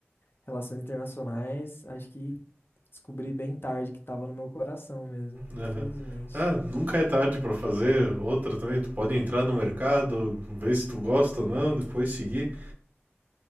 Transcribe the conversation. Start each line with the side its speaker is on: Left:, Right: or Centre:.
Left: relações internacionais, acho que descobri bem tarde que tava no meu coração mesmo, infelizmente.
Right: Aham. Ah, nunca é tarde pra fazer outra também. Tu pode entrar no mercado, ver se tu gosta ou não, depois seguir.